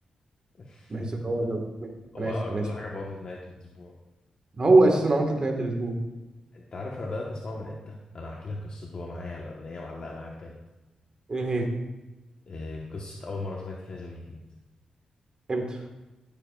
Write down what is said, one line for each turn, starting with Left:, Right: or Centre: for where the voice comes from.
Left: <laughs>
Right: بحيث ان هو زود مني
Left: هو
Right: انا اسف
Left: عمل
Right: انا
Left: كل
Right: اسف
Left: حاجه في عطله نهايه الاسبوع
Right: هو اساسا عطلة نهاية الاسبوع
Left: انت عارف انا بدات اسمعه من امتى انا هحكي لك قصته هو معايا لان هي معلقه معايا بجد
Right: ايه هي
Left: إيه قصه اول مره سمعت فيها ذا ويكند
Right: امتى